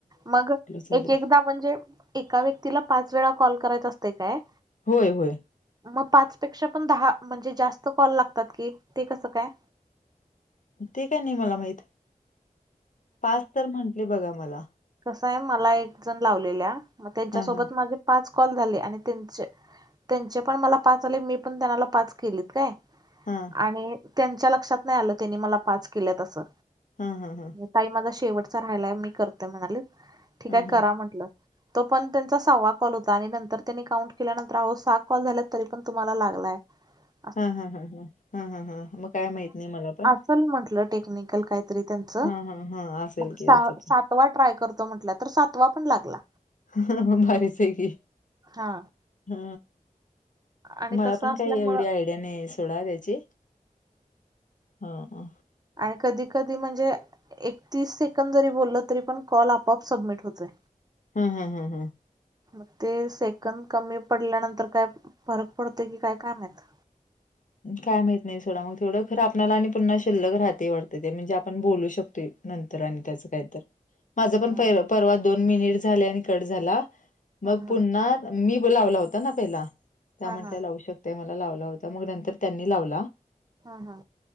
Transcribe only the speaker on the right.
मग
येक- येकदा म्हणजे, एका व्यक्तीला, पाच वेळा कॉल करायचा असतंय काय?
मग पाच पेक्षा पण दहा, म्हणजे जास्त कॉल लागतात की. ते कसं काय?
कसाय, मला एक जण लावलेल्या. मग त्यांच्यासोबत
माझे पाच कॉल झाले. आणि त्यांचे त्यांचे पण मला पाच आले. मी पण त्यांनाला पाच केलेत. काय?
आणि त्यांच्या लक्षात नाही आलं. त्यांनी मला पाच केल्यात अस़ं.
ताई माझा शेवटचा राहालाय. मी करतेय म्हणाली. ठीक
हाय करा म्हंटलं. तो पण त्यांचा सहावा कॉल होता. आणि नंतर त्यांनी काउंट केल्यानंतर. अहो, सहा कॉल झाल्यात तरी पण तुम्हाला लागलाय. <inaudible>
असल म्हंटलं टेक्निकल काय तरी त्याचं.
मग सहा
-सात सातवा ट्राय करतो म्हटल्या तर. सातवा पण लागला.
हा
आणि
तसं
असल्यामुळं
आ कधी- कधी म्हणजे एकतीस सेकंद जरी बोललं. तरी पण कॉल, आपोआप सबमिट होतोय.
मग ते सेकंद कमी पडल्यानंतर. काय फरक पडतोय, कि काय माहीत.
हा
हा
हा
हा
हा, हा.